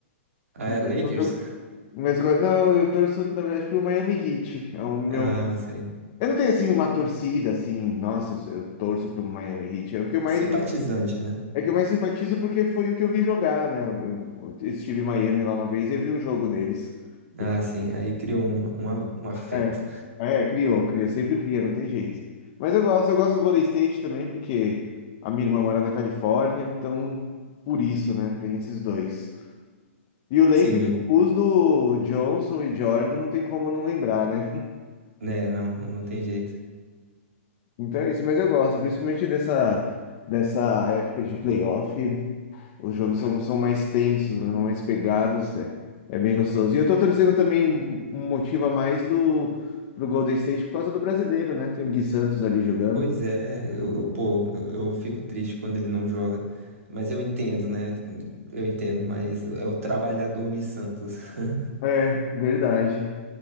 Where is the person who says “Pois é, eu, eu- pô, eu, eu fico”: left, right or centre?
Right